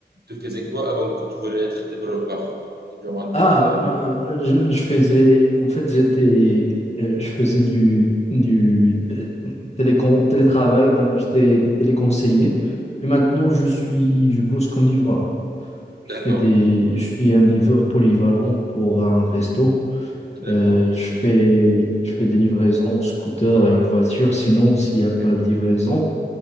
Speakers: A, on the right; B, on the left.
A: Tu faisais quoi avant que tu voulais être développeur? Genre un dev,
B: Ah,
A: euh,
B: non, euh, je, je faisais, en fait, j'étais, euh, je faisais du, du euh, télécon- télétravail quand j'étais téléconseiller. Et maintenant, je suis, je bosse comme livreur. Je
A: D'accord,
B: fais des,
A: ok.
B: je suis un livreur polyvalent pour un resto.
A: D'accord,
B: Euh, je
A: c'est
B: fais,
A: bien.
B: je fais des livraisons en scooter et en voiture. Sinon, s'il n'y
A: Mhm.
B: a pas de livraison,